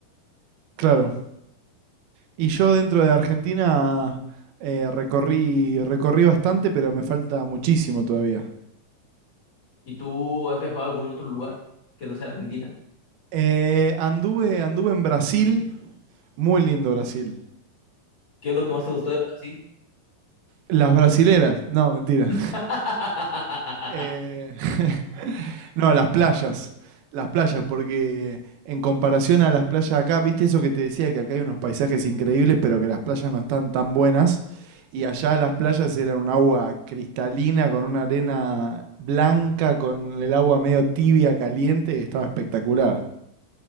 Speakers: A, on the right (about 85°); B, on the left (about 45°).
A: claro. Y yo dentro de Argentina eh, recorrí, recorrí bastante, pero me falta muchísimo todavía.
B: ¿Y tú has viajado a algún otro lugar que no sea Argentina?
A: Eh, anduve, anduve en Brasil, muy lindo Brasil.
B: ¿Qué es lo que más te gustó de Brasil?
A: Las brasileras, no, mentira.
B: <laughs>
A: Eh, <laughs> no, las playas, las playas, porque en comparación a las playas acá, viste eso que te decía, que acá hay unos paisajes increíbles, pero que las playas no están tan buenas.
B: Sí.
A: Y allá las playas eran un agua cristalina, con una arena blanca, con el agua medio tibia, caliente, estaba espectacular.